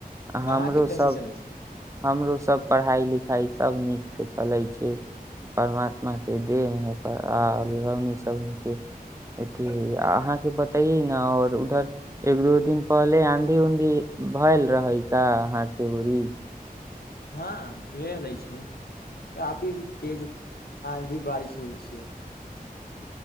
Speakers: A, on the right; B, on the left.
A: आ हमरो
B: अहाँके कैसे
A: सब
B: चलै छै
A: हमरो सब पढ़ाई लिख खइ <inaudible> सब नीकसँ चलै छै परमात्मा के देव है आ लौनी सब के अथी है अहाँके बतैये न और उधर एक दू दिन पहले आँधी उऊधी भेलएल रहै का अहाँके बड़ी
B: हँ भै छै काफी तेज आंधी बारिश होइ छै